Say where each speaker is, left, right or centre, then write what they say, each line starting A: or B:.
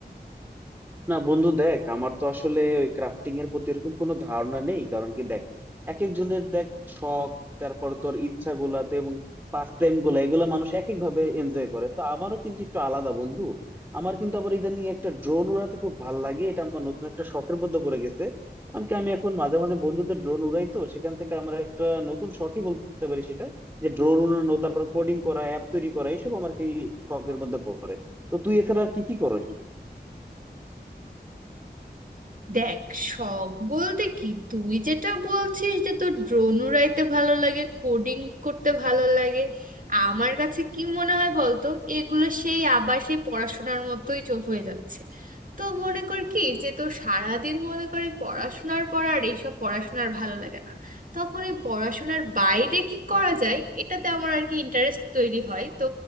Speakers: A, on the right; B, on the right.
A: না বন্ধু দেখ আমার তো আসলে ওই ক্রাফটিং এর প্রতি এরকম কোনো ধারণা নেই কারণ কি দেখ এক একজনের দেখ শখ তারপর তোর ইচ্ছা গুলাতে এবং পাস টাইম গুলা এগুলা মানুষ এক এক ভাবে এনজয় করে তো আমারও কিন্তু একটু আলাদা বন্ধু আমার কিন্তু আবার ইদানিং একটা ড্রোন উড়াতে খুব ভাল লাগে এটা আমার নতুন একটা শখের মধ্যে পড়ে গেছে কারণ কি আমি এখন মাঝে মাঝে বন্ধুদের ড্রোন উড়াই তো সেখান থেকে আমার একটা নতুন শখই বলতে পারি সেটা যে ড্রোন উড়ানো তারপর কোডিং করা অ্যাপ তৈরি করা এইসব আমার কি শখের মধ্যে পড়ে তো তুই এছাড়া আর কি কি করো
B: দেখ শখ বলতে কি তুই যেটা বলছিস যে তোর ড্রোন উড়াইতে ভালো লাগে কোডিং করতে ভালো লাগে আমার কাছে কি মনে হয় বলতো এগুলো সেই আবার সেই পড়াশোনার মতোই চ- হয়ে যাচ্ছে তো মনে কর কি যে তোর সারাদিন মনে করি পড়াশোনার পর আর এইসব পড়াশোনার ভালো লাগে না তখন এই পড়াশোনার বাইরে কি করা যায় এটাতে আমার আর কি ইন্টারেস্ট তৈরি হয় তো